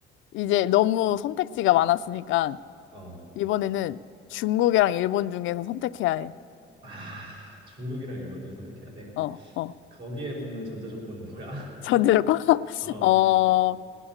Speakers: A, on the left; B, on the right.
A: 이제 너무 선택지가 많았으니까
B: 어.
A: 이번에는 중국이랑 일본 중에서 선택해야 해.
B: 아, 중국이랑 일본 중에 선택해야 돼.
A: 어, 어.
B: 거기에 붙는 전제 조건은 뭐야?
A: 전제 조건? <laughs>
B: <laughs>
A: 어,